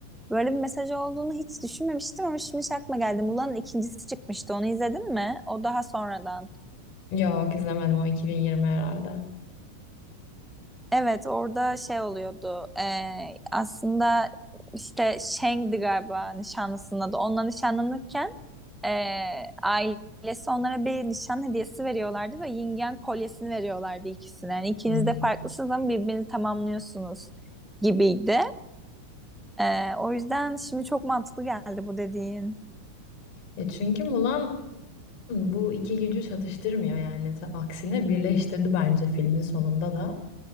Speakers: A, in the centre; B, on the left.
A: Böyle bir mesaj olduğunu hiç düşünmemiştim ama şimdi şey aklıma geldi. Mulan'ın ikincisi çıkmıştı. Onu izledin mi? O daha sonradan.
B: Yok izlemedim o 2020 herhalde.
A: Evet orada şey oluyordu. Ee, aslında işte Shang'di galiba nişanlısının adı. Onunla nişanlanırken Ee, ailesi onlara bir nişan hediyesi veriyorlardı ve yin yang kolyesini veriyorlardı ikisine. Yani ikiniz
B: Hmm.
A: de farklısınız ama birbirini tamamlıyorsunuz gibiydi. Ee, o yüzden şimdi çok mantıklı geldi bu dediğin.
B: E çünkü Mulan bu iki gücü çatıştırmıyor yani. Ta- Aksine birleştirdi bence filmin sonunda da.